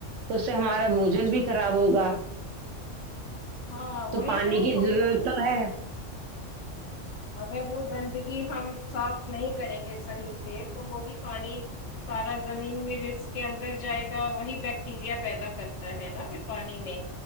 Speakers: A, on the right; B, on the left.
A: تو سے ہمارا بوجن
B: جی
A: بھی خراب
B: جی
A: ہوگا
B: ہاں وہ
A: پانی
B: تو
A: کی
B: ہوئی
A: ضرورت
B: مے
A: تو ہے
B: اگر وہ گندگی ہم صاف نہیں کریں گے صحیح سے تو ہوگی پانی سارا زمین میںل کے اندر جائے گا وہی بیکٹیریا پیدا کر ہے نا پھر پانی میں